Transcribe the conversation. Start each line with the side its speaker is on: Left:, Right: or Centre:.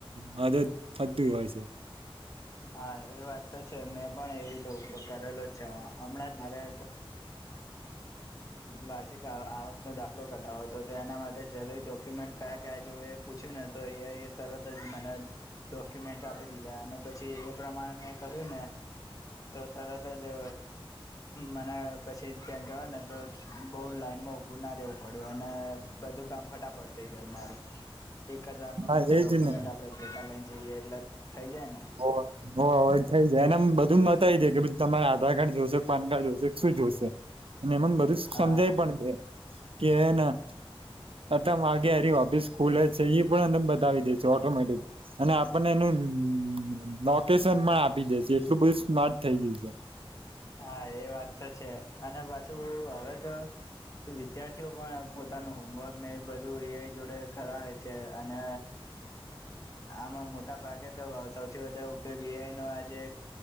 Right: મદદ થતી હોય છે
Left: હા એ વાત તો છે મેં પણ એ રીતે ઉપયોગ કરેલો જ છે હમણાં જ મા તે વાષિક આવકનો દાખલો કટાવો હતો તો એના માટે જરૂરી ડોક્યુમેન્ટ કયા કયા જોવે એ પૂછ્યું ને તો એ એ તરત મને ડોક્યુમેન્ટ આપી દીધા અને પછી પછી એ પ્રમાણે મેં કર્યું ને તો તરત જ મને પછી ત્યાં ગયો ને તો બઉ લાઈનમાં ઉઊભું ના રહેવું પડ્યું અને બધું કામ ફટાફટ થઇ ગયું મારું એક જ વાર માં
Right: હા
Left: બધા
Right: એજ
Left: ડોક્યુમેન્ટ
Right: ને
Left: આપડે ભેટા લઈને જઈએ એટલે થઇ જાય ને
Right: હ હો હવે થઈ એને બધું બતાવી દે કે તમારે આધાર કાર્ડ જોશેો પાન કાર્ડ જોશેો શું જોશે અને એમને બધું સમજાય
Left: હા
Right: પણ દે કે ના આટલા વાગેારી ઓપીસ ખુલ જ છે એ પણ અ બતાવી દેશો ઓટોમેટિક અને આપણને એનું હમ લોકેશન માં આપી દે છે એટલું બધું સ્મર્ટ થઈ ગયું છે
Left: હા એ વાત તો છે અને પાછું હવે તો વિદ્યાર્થીઓ પણ પોતાનું હોમવર્ક ને એ બધું એ જોડે કરાવે છે અને આમાં મોટા ભાગે તો સૌથી વધારે ઉપયોગ એઆઈ નો આજે